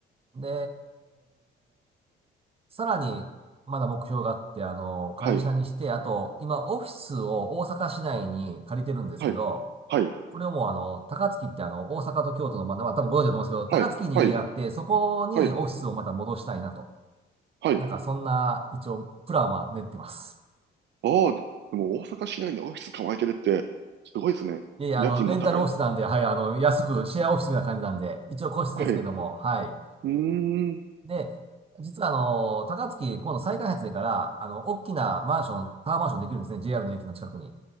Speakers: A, on the right; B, on the right.
A: で、さらに、まだ目標があって、あの、会社にして、
B: はい、
A: あと、今、オフィスを大阪市内に借りてるんですけど、
B: はい、はい、
A: これをもう、あの、高槻ってあの、大阪と京都の、まあ、まあ、多分ご存知だと思うんですけど、高槻に家があって、
B: はい、はい、
A: そこにオフィスをまた戻したいなと。
B: はい、はい。
A: なんか、そんな、一応、プランは練ってます。
B: ああ、ででも大阪市内にオフィス構えてるって、すごいですね。
A: いやいや、
B: 家賃も高い。
A: あの、レンタルオフィスなんで、はい、あの、安く、シェアオフィスみたいな感じなんで、一応個室ですけども、
B: はい。う
A: はい。
B: ーん。
A: で、実はあの、高槻、今度再開発でから、あの、大きなマンション、タワーマンションできるんですね、JR の駅の近くに。